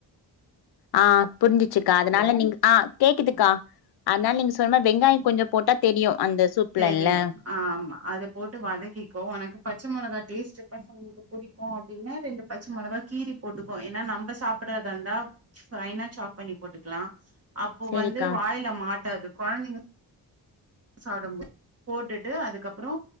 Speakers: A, on the left; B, on the right.
A: ஆ புரிஞ்சிச்சிக்கா அதனால நீங்க ஆ கேக்குதுக்கா அதனால நீங்க சொன்ன வெங்காய கொஞ்சோ போட்டா தெரியு அந்த சூப்லல்ல
B: தெரியு ஆமா அத போட்டு வதக்கிக்கோ உனக்கு பச்ச மொளகா டேஸ்ட் பசங்களுக்கு புடிக்கூ அப்டின்னா ரெண்டு பச்சை மொளகா கீறி போட்டுக்கோ ஏன்னா நம்ம சாப்பிடுறதா இருந்தா ஃபைனா சாப் பண்ணி போட்டுக்கலா அப்போ
A: சேரிக்கா
B: வந்து வாயில மாட்டாது கொழந்தைங்க சாப்படு போது போட்டுட்டு அதுக்கப்பறோ